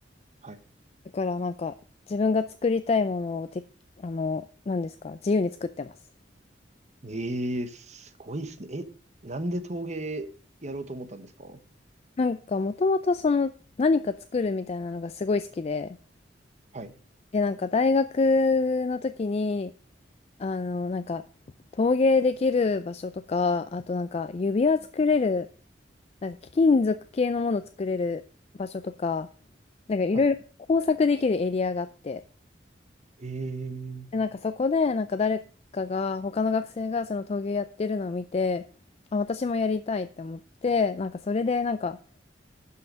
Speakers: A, on the right; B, on the left.
A: はい。
B: だからなんか自分が作りたいものをて、あの、何ですか、自由に作ってます。
A: ええすごいですね。え、なんで陶芸やろうと思ったんですか
B: なんかもともとその何か作るみたいなのがすごい好きで、
A: はい
B: で、なんか大学の時に、あの、なんか陶芸できる場所とか、あとなんか指輪作れる、なんか貴金属系のもの作れる場所とか、なんかいろいろ工作できるエリアがあって、
A: はい。ええ
B: で、なんかそこでなんか誰かが、他の学生がその陶芸やってるのを見て、あ、私もやりたいって思って、なんかそれでなんか